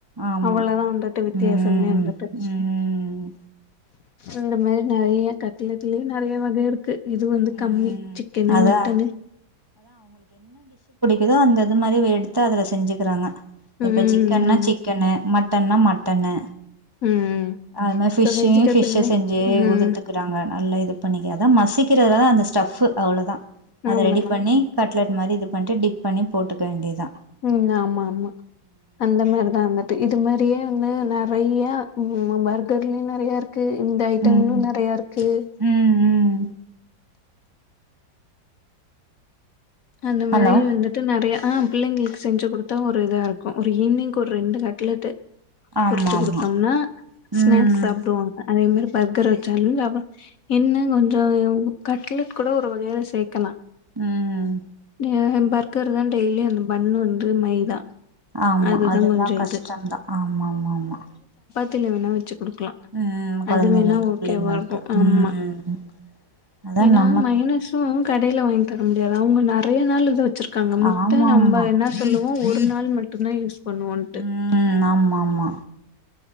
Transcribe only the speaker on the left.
அவ்வளோதா வந்துட்டு வித்தியாசமே
வந்துட்டு
இந்த மாரி நறைய கட் லெட்லயு நறைய வகை இருக்கு இது வந்து
கம்மி சிக்கன்னு
மட்டன்னு
ம்
ஆமா
ம்
இப்ப வெஜிடபிளுமே
ம்
அவ்வளதா
ம் ஆமா ஆமா அந்த மாரிதா வந்துட்டு இது மாரியே வந்து நெறைய ம் ஆ பர்கர்லயு நெறைய இருக்கு இந்த ஐட்டங்களு
நெறைய இருக்கு
அந்த
மாரி வந்துட்டு நெறய ஆ பிள்ளைங்களுக்கு செஞ்சு குடுத்தா ஒரு இதா இருக்கு ஒரு ஈவி்னிங் ஒரு ரெண்டு கட்லட்டு
பொரிச்சு
குடுத்தோம்னா ஸ்நாக்ஸ்
சாப்டுவாங்க அதே மாரி பர்கர் வச்சாலு சாப்ப என்ன கொஞ்சோ கட்லெட் கூட ஒரு வகையில சேக்கலா
ஏஹ அந் பர்க்கர்தா டெய்லி அந்த பண்ணு வந்து மைதா
அதுதான்
கொஞ்சம்
இது.
த்தில வேண்ணா வச்சு குடுக்கலா
அது வேண்ணா ஓகேவா
இருக்கு ஆமா
ஏன்னா
மயோனஸு கடைல வாங்கி தரோ தியதா அவங்க நெறைய நாளு இது வச்சிருக்காங்க முட்டை
நம்ப
என்ன சொல்லுவோ ஒ ஒரு நாள் மட்டுந்தா யூஸ் பண்ணுவோன்ட்டு.